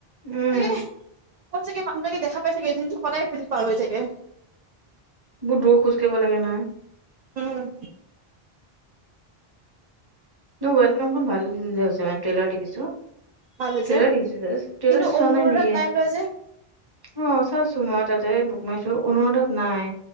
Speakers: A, on the right (about 25°); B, on the right (about 55°).
A: উম।
B: তাকে ওপৰত চাগে মানুহেবিলাকে দেখা পায় চাগে, এইজনী চোন সদায় এইপিনদি পাৰ হৈ থাকে।
A: বহুত দূৰ খোজ কঢ়িব লাগে নহয়।
B: উম।
A: তোৰ ৱেলকামখন ভাল হৈছে মানে। ট্ৰেইলাৰ দেখিছো।
B: ভাল হৈছে
A: ট্ৰেইলাৰ দেখিছোঁ জাষ্ট। ট্ৰেইলাৰ
B: কিন্তু
A: চোৱা
B: অনুৰাধাত
A: নাই নেকি?
B: লোৱা যে
A: অ চাইছো মই তাতে বুক মাই শ্ব। অনুৰাধাত নাই,